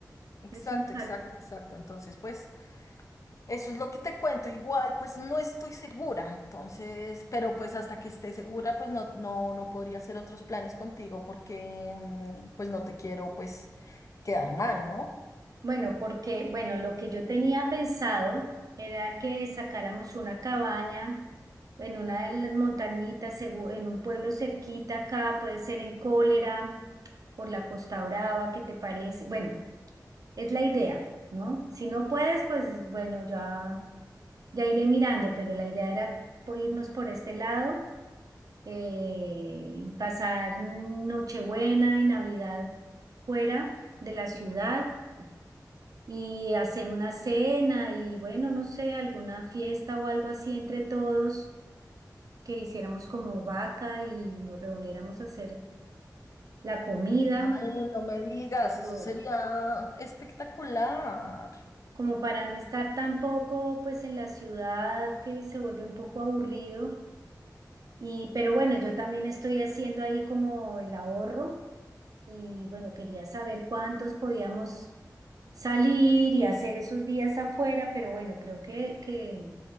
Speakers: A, on the left; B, on the right.
A: exacto,
B: es un salto.
A: exacto, exacto. Entonces, pues eso es lo que te cuento, igual, pues no estoy segura, entonces, pero pues hasta que esté segura, pues no, no, no podría hacer otros planes contigo porque, mm, pues no te quiero, pues, quedar mal, ¿no?
B: Bueno, porque, bueno, lo que yo tenía pensado era que sacáramos una cabaña en una de las montañitas, segu- en un pueblo cerquita acá, puede ser en Cólera, por la Costa Brava, ¿qué te parece? Bueno, es la idea, ¿no? Si no puedes, pues bueno, ya, ya iré mirando, pero la idea era po- irnos por este lado, eh, y pasar Nochebuena y Navidad fuera de la ciudad y hacer una cena y bueno, no sé, alguna fiesta o algo así entre todos, que hiciéramos como vaca y nos reuniéramos a hacer la comida
A: Ay, no me digas,
B: entre todos,
A: eso sería espectacular.
B: como para no estar tampoco pues en la ciudad que se vuelve un poco aburrido. Y pero bueno, yo también estoy haciendo ahí como el ahorro Y bueno, quería saber cuántos podíamos salir y hacer esos días afuera, pero bueno, creo que, que,